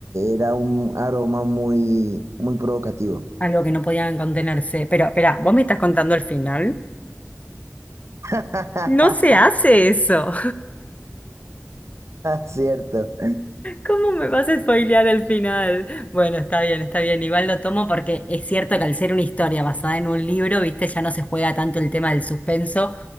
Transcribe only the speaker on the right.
era un aroma muy, muy provocativo.
<laughs>
Cierto.